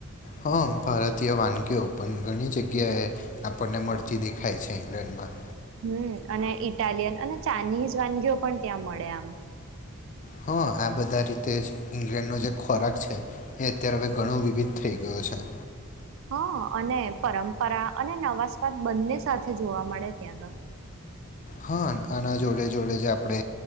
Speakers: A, on the left; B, on the right.
A: હમ્મ ભારતીય વાનગીઓ પણ ઘણી જગ્યાએ આપણને મળતી દેખાય છે ઇંગ્લેન્ડમાં.
B: હમ્મ અને ઇટાલિયન અને ચાઇનીઝ વાનગીઓ પણ ત્યાં મળે આમ.
A: હ, આ બધા રીતે જ ઈંગ્લેન્ડનો જે ખોરાક છે એ અત્યારે હવે ઘણું વિવિધ થઈ ગયો અચ્છા
B: હ, અને પરંપરા અને નવા સ્વાદ બંને સાથે જોવા મળે ત્યાં તો
A: હ, આના જોડે જોડે જે આપણે